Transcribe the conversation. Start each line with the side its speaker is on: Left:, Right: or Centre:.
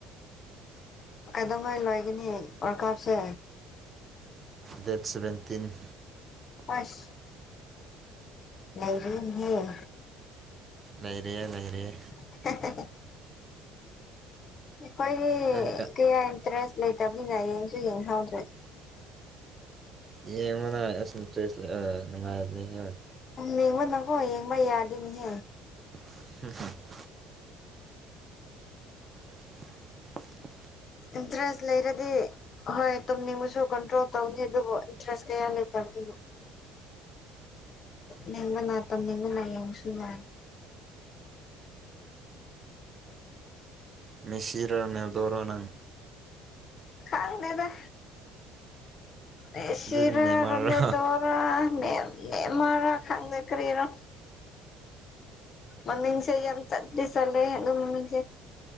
Left: ꯀꯩꯗꯧꯉꯩ ꯂꯣꯏꯒꯥꯅꯤ ꯋꯥꯔ ꯀꯥꯞꯁꯦ
Right: ꯗꯦꯠ ꯁꯚꯦꯟꯇꯤꯟ
Left: ꯑꯣꯁ ꯂꯩꯔꯤꯅꯦꯍꯦ
Right: ꯂꯩꯔꯤꯌꯦ ꯂꯩꯔꯤꯌꯦ
Left: <unintelligible> ꯑꯩꯈꯣꯏꯒꯤ
Right: ꯅꯪ
Left: ꯀꯌꯥ ꯏꯟꯇ꯭ꯔꯦꯁ ꯂꯩꯇꯕꯅꯤꯅ ꯌꯦꯡꯁꯨ ꯌꯦꯡꯍꯧꯗ꯭ꯔꯦ
Right: ꯌꯦꯡꯉꯣꯟꯗ ꯑꯁꯇꯔꯦꯁ ꯑꯥ ꯅꯨꯡꯉꯥꯏꯕꯅꯦ ꯍꯡ
Left: ꯌꯦꯡꯕ ꯅꯀꯣ ꯌꯦꯡꯕ ꯌꯥꯗꯣꯅꯦꯍꯦ
Right: <unintelligible> <inaudible>
Left: ꯏꯟꯇꯔꯦꯁ ꯂꯩꯔꯗꯤ ꯍꯣꯏ ꯇꯨꯝꯅꯤꯡꯕꯁꯨ ꯀꯟꯇ꯭ꯔꯣꯜ ꯇꯧꯅꯤ ꯑꯗꯨꯕꯨ ꯏꯟꯇꯔꯦꯁ ꯀꯌꯥ ꯂꯩꯇꯕꯒꯤꯅꯣ ꯅꯤꯡꯕ ꯇꯝꯅꯤꯡꯕꯅ ꯌꯁꯨꯟ ꯌꯥ
Right: ꯃꯦꯁꯤꯔ ꯔꯅꯜꯗꯣꯔ ꯅꯪ
Left: ꯈꯥꯡꯗꯦꯗ ꯃꯦꯁꯤꯔꯥ
Right: ꯑꯗꯨꯗꯤ ꯅꯦꯃꯥꯔꯔꯣ
Left: ꯔꯣꯅꯗꯣꯔ ꯃꯦꯟ ꯅꯦꯃꯔ ꯔ ꯈꯪꯗꯦ ꯀꯔꯤꯔꯣ ꯃꯃꯤꯡꯁꯦ ꯌꯝ ꯆꯠꯇꯤ ꯆꯂꯍꯦ ꯑꯗꯨꯝꯃꯤꯡ